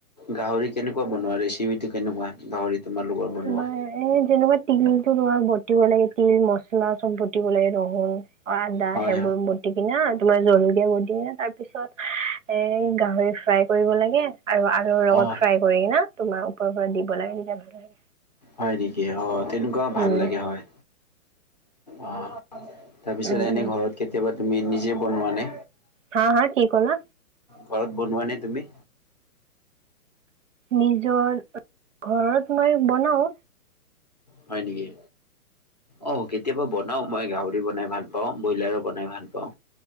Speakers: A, on the left; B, on the right.
A: গাহৰি কেনেকুৱা বনোৱা, ৰেচিপিটো কেনেকুৱা? গাহৰি তোমালোকৰ বনোৱা?
B: তোমাৰ এ যেনেকুৱা তিলতো তোমাক বটিব লাগে, তিল মচলা চব বতিব লাগে নহুৰু আদা
A: হয়
B: সেইবোৰ বটি কিনা, তোমাৰ জলকীয়া বটি কিনা, তাৰ পিছত এ গাহৰি ফ্ৰাই কৰিব লাগে আৰু আলুৰ
A: হয়,
B: লগত
A: অ'
B: ফ্ৰাই কৰি না তোমাৰ ওপৰ পৰা দিব লাগে, তেতিয়া ভাল লাগে।
A: হয় নেকি, অ', তেনেকুৱা
B: উম
A: ভাল লাগে হয়, অ'। তাৰপিছত
B: উম
A: এনে
B: উম
A: ঘৰত কেতিয়াবা তুমি নিজে বনোৱা নে।
B: হা হা কি ক'লা।
A: ঘৰত বনোৱা নাই তুমি।
B: নিজৰ ঘৰত মই বনাওঁ।
A: হয় নেকি আহ কেতিয়াবা বনাও মই গাঁহৰি। মুড়ি বনাই ভাল পাওঁ, ব্ৰইলাৰো বনাই ভাল পাওঁ।